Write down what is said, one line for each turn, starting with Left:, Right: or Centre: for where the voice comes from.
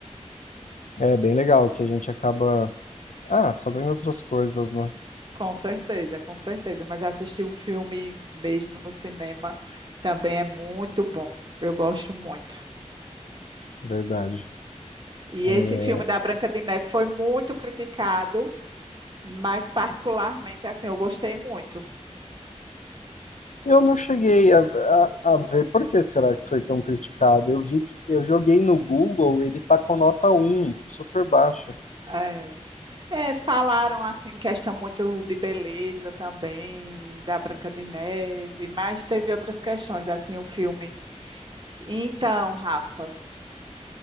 Left: É bem legal que a gente acaba, ah, fazendo outras coisas, né?
Right: Com certeza, com certeza. Mas assistir o filme mesmo no cinema também é muito bom. Eu gosto muito.
Left: Verdade.
Right: E
Left: É,
Right: esse filme da Branca de Neve foi muito criticado, mas particularmente, assim, eu gostei muito.
Left: Eu não cheguei a, a, a ver por que será que foi tão criticado. Eu vi que eu joguei no Google, ele tá com nota um super baixa.
Right: É. É, falaram assim, questão muito de beleza também, da Branca de Neve, mas teve outras questões, assim, o filme. Então, Rafa,